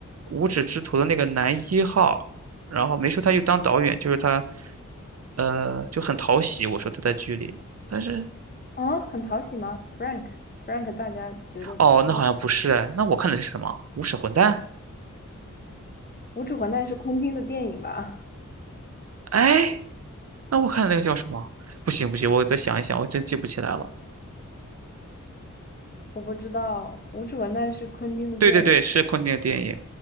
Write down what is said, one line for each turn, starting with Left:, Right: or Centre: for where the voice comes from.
Right: 无耻之徒的那个男一号，然后没说他又当导演，就是他呃就很讨喜，我说他在剧里，但是
Left: 啊，很讨喜吗？Frank Frank，大家觉得他的
Right: 哦，那好像不是哎，那我看的是什么？无耻混蛋？
Left: 《无耻混蛋》是昆汀的电影吧？
Right: 哎，那我看的那个叫什么？不行不行，我再想一想，我真记不起来了。
Left: <laughs> 我不知道，《无耻混蛋》是昆汀的电影。
Right: 对对对，是昆汀的电影。